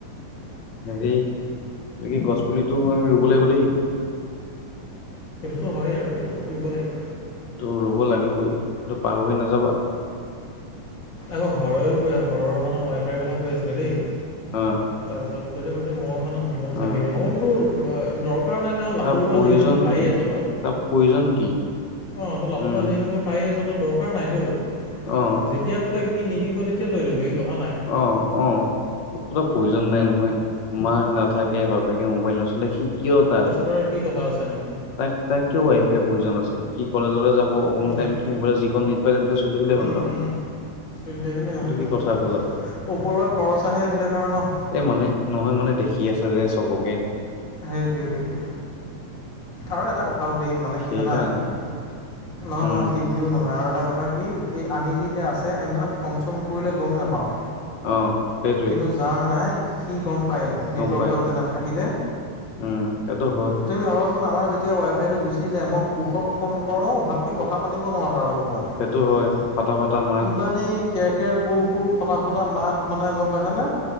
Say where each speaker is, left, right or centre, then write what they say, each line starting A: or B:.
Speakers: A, on the left; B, on the left.
A: হেৰি এইক কি গছ পুলিতটো আমি ৰুব লাগিব দেই।
B: সেইটোতো হয়েই আৰু, এইটো ৰুব লাগিব।
A: ৰুব লাগিবই কিন্তু পাহৰি নাযাবা।
B: আকৌ হৰহো কৈ হৰৰ মানে, ৱাইফাইৰ কথা কৈ আছিলে দেই
A: অ
B: তাৰপিছত কৈছে কৈছে মই মানে, ননম চাগি
A: অ
B: দিয় মলতো দৰকাৰ নাই নহয় লাটোুৰ
A: তাৰ প্ৰয়োজন
B: পৰা যিহেতুকে পায়
A: কি
B: আছ তই
A: তাৰ প্ৰয়োজন কি?
B: অ', ই লটোৰপ
A: উম
B: পৰা যিহেতুকে পায়েই আছ তো দৰকাৰ নাইতো
A: অ',
B: যেতিয়া বোলে সি নিদিব, তেতিয়া লৈ ল'বি ই কথা নাই
A: অ', তাত ক প্ৰয়োজন নাই নহয় মাৰ নাথাকে বাপেকে মোবাইল নচলে সি কিয় তাক
B: তৰ কি কথা আছে ন।
A: তাক তাক কিয় ৱাই ফাইৰ প্ৰয়োজন আছে সি কলেজলৈ যাব। অকমান
B: সেইটোৱে
A: টাইম মোৱাইলত যিকণ নেট পায় তেনেক চলি থাকিলে
B: উম,
A: হ'ল দেখোন।
B: উম। চলি থাকিলে হ'লে
A: এইটো
B: দ
A: কি কথা হ'ল আকৌ
B: ওপৰুৱা খৰচ আহে এইবিলাক কাৰন ন।
A: এই মানে নহয় মানে দেখি আছে যে চবকে।
B: সেইটোৱ সেইটেইটো আৰু এটা কথা আৰু দে মানে
A: সেইকাৰণে
B: কি জানা নহয়
A: উম
B: নহয় সি বুলিও নহয় আৰু এটা কথা কি এই আমি যে এতিয়া আছে আমি মানে ফোন চোন কৰিলে গম নাপাওঁ।
A: অ', সেইটোৱেই।
B: কিন্তু যাৰ নাই সি গম পায় নেটৱৰ্কডাল
A: পাই
B: যে নাথাকিলে।
A: উম সেইটো হয়।
B: তুমি ভাবাচোন আমাৰ যেতিয়া ৱাইফাইটো গুচি যায় মই কোষক ফোন কৰোঁ ভালকৈ কথা পাতিব নোৱাৰোঁ তাৰ লগত। হয়
A: সেইটো ফটা ফটা মাত
B: ইমানেই কেৰ কেৰ কোৰ কোৰ ফটা ফুটা মাত মানে গম পাইছেনে